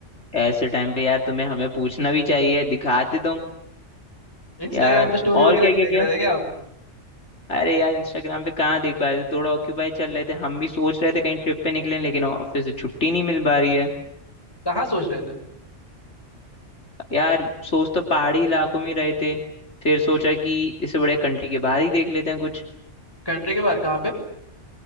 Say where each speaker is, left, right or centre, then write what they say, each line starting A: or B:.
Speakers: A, on the left; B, on the left.
A: ऐसे टाइम पे यार तुम्हें हमें पूछना भी चाहिए दिखाते तुम
B: इंस्टाग्राम
A: यार
B: पे स्टोरी वगैरह
A: और क्या
B: नहीं
A: क्या
B: देख
A: क्या
B: रहे थे क्या आप
A: अरे यार इंस्टाग्राम पे कहाँ देख पा रहे थे थोड़ा ऑक्यूपाई चल रहे थे हम भी सोच रहे थे कहीं ट्रिप पे निकलें लेकिन ऑफिस से छुट्टी नहीं मिल पा रही है
B: कहाँ सोच रहे थे
A: यार सोच तो पहाड़ी इलाकों में ही रहे थे फिर सोचा कि इससे बढ़िया कंट्री के बाहर ही देख लेते हैं कुछ
B: कंट्री के बाहर कहाँ पे